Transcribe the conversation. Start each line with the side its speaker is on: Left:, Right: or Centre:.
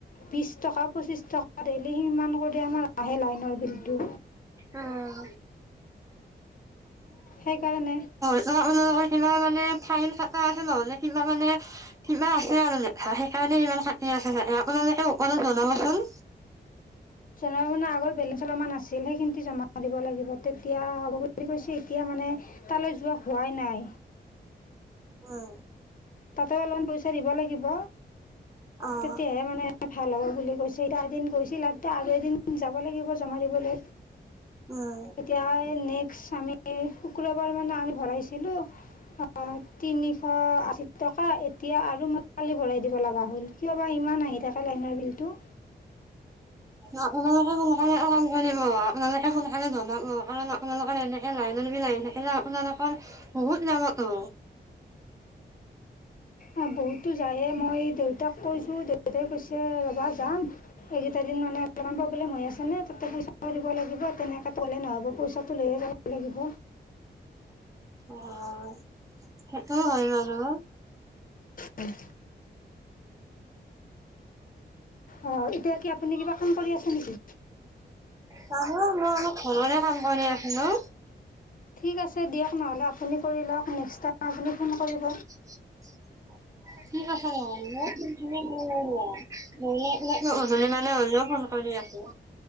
Left: বিশ টকা পঁচিছ টকা ডেলি সিমান কৰি আমাৰ আহে লাইন। লাইনৰ বিলটো
Right: উম
Left: সেইকাৰণে।
Right: ধৰ আপোনালোকৰ কিবা মানে ফাইন কাটা আছে নহ'লে সিমান মানে কিবা আছে মানে সেইকাৰণে ইমান কাটি আছে, আপোনালোকে ওপৰত জনাবচোন।
Left: মানে আগৰ বেলেঞ্চ অলপমান আছিল সেইখিনি জমা দিব লাগিব, তেতিয়া হ'ব বুলি কৈছে এতিয়া মানে তালৈ যোৱা হোৱাই নাই।
Right: উম',
Left: তাতে অলপমান পইচা দিব লাগিব।
Right: অ',
Left: তেতিয়াহে মানে ভাল হ'ব বুলি কৈছে, এদিন গৈছিল এতিয়া আৰু এদিন যাব লাগিব, জমা দিবলে।
Right: উম।
Left: এতিয়া নেক্সট আমি শুক্ৰবাৰ মানে আমি ভৰাইছিলোঁ অ', তিনিশ আশী টকা, এতিয়া আৰু মই কালি ভৰাই দিব লগা হ'ল। কিয় বা ইমান আহি থাকে লাইনৰ বিলটো।
Right: উম। <unintelligible> <unintelligible> <unintelligible> আপোনালোকে সোনকালে জনাব। কাৰণ আপোনালোকৰ এনেকে <unintelligible> <unintelligible> <unintelligible> আপোনালোকৰ বহুত যাবটো।
Left: অহ, বহুতটো যাইয়ে। মই দেউতাক কৈছোঁ, দে - দেউতাই কৈছে, 'ৰবা যাম'। এইকেইটা দিন মানে <unintelligible> প্ৰব্লেম হৈ আছে নে, তাতে পইচা দিব লাগিব। তেনেকা ক'লে নহ'ব। পইচাটো লৈয়ে যাব লাগিব।
Right: অহ, সেইটো হয় বাৰু।
Left: উম। অহ, এতিয়া কি আপুনি কিবা কাম কৰি আছে নেকি?
Right: কাম অ', মই অলপ ঘৰৰে কাম কৰি আছিলোঁ।
Left: ঠিক আছে দিয়ক, নহ'লে আপুনি কৰি লওক, নেক্সট টাইম আপুনি ফোন কৰিব।
Right: <unintelligible> ঠিক আছে <unintelligible> <unintelligible> মানে হলিও ফোন- কৰি আছোঁ।